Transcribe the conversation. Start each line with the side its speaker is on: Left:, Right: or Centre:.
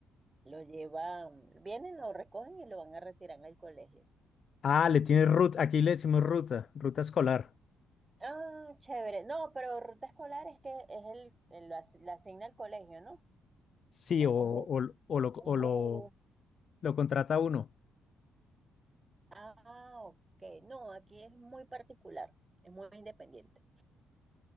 Right: Lo llevan, vienen, lo recogen y lo van a retirar al colegio.
Left: Ah, le tiene ruta, aquí le decimos ruta, ruta escolar.
Right: Ah, chévere. No, pero ruta escolar es que es el, el- lo as- la asigna al colegio, ¿no?
Left: Sí,
Right: Es
Left: o,
Right: como,
Left: o, o
Right: como
Left: lo, o
Right: un
Left: lo,
Right: bus.
Left: lo contrata uno,
Right: Ah, ok. No, aquí es muy particular, es muy independiente.